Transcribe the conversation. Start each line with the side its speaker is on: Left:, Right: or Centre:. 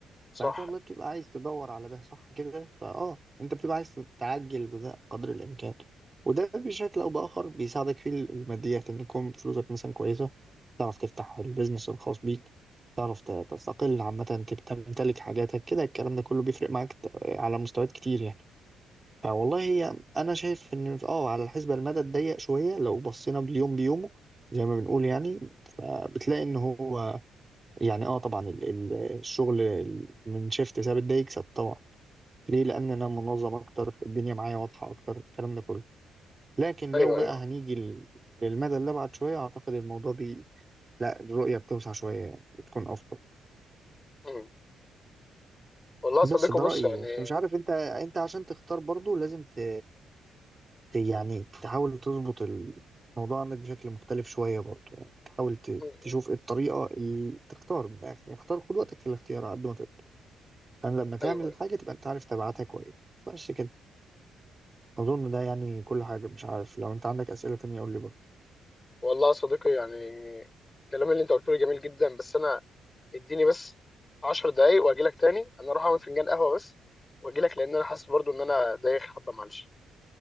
Left: صح
Right: فانت والله بتبقى عايز تدور على ده صح كده فاه انت بتبقى عايز تعجل بده قدر الامكان وده بشكل او باخر بيساعدك في الماديات ان يكون فلوسك مثلا كويسه تعرف تفتح البيزنس الخاص بيك تعرف ت- تستقل عامه تبقى تمتلك حاجاتك كده الكلام ده كله بيفرق معاك ت- على مستويات كتير يعني فوالله هي انا شايف ان في- اه على الحسبه المدى الضيق شويه لو بصينا باليوم بيومه زي ما بنقول يعني فبتلاقي ان هو يعني اه طبعا ال- ال- الشغل من شيفت ثابت ده يكسب طبعا ليه لان انا منظم اكتر الدنيا معايا واضحه اكتر الكلام ده كله لكن
Left: ايوه
Right: لو بقى
Left: ايوه
Right: هنيجي لل- للمدى اللي ابعد شويه اعتقد الموضوع بي لا الرؤيه بتوسع شويه يعني بتكون افضل
Left: م. والله يا
Right: بس
Left: صديقي
Right: ده
Left: بص
Right: رايي
Left: يعني
Right: بس مش عارف انت انت عشان تختار برضو لازم ت... ت... يعني تحاول تظبط الموضوع عندك بشكل مختلف شويه برضو يعني تحاول ت...
Left: م-
Right: تشوف
Left: م.
Right: ايه الطريقه اللي تختار من الاخر يعني اختار خد وقتك في الاختيار على قد ما تقدر فأنا لما تعمل
Left: ايوه
Right: الحاجة
Left: ايوه
Right: تبقى أنت عارف تبعاتها كويس بس كده أظن ده يعني كل حاجة مش عارف لو أنت عندك أسئلة تانية قول لي برضه
Left: والله يا صديقي يعني الكلام اللي انت قلته لي جميل جدا بس انا اديني بس 10 دقايق واجي لك تاني انا اروح اعمل فنجان قهوه بس واجي لك لان انا حاسس برضو ان انا دايخ حبه معلش